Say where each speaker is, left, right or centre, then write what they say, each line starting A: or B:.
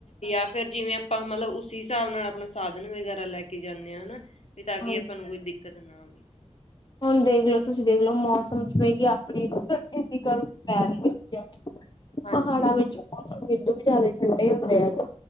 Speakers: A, on the left; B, on the left.
A: ਯਾ ਫਿਰ ਜਿਵੇਂ ਆਪਾਂ ਮਤਲਬ ਉਸ ਹਿਸਾਬ ਨਾਲ ਆਪਣਾ ਸਾਧਨ ਵਗੈਰਾ ਲੈ ਕੇ ਜਾਂਨੇ ਆ ਹਨਾ। ਵੀ ਤਾਂ ਕਿ
B: ਹਾਂਜੀ।
A: ਆਪਾਂ ਨੂੰ ਕੋਈ ਦਿੱਕਤ ਨਾ ਆਵੇ।
B: ਹੁਣ ਦੇਖਲੋ ਤੁਸੀਂ ਦੇਖਲੋ ਮੌਸਮ ਜਿਵੇਂ ਕਿ ਆਪਣੀ ਇੰਨੀ ਗਰਮ ਪੈ ਰੀ ਆ।
A: ਹਾਂਜੀ
B: ਪਹਾੜਾਂ ਵਿੱਚ ਮੌਸਮ ਇਦੂ ਵੀ ਜਿਆਦਾ ਠੰਡੇ ਹੁੰਦੇ ਆ।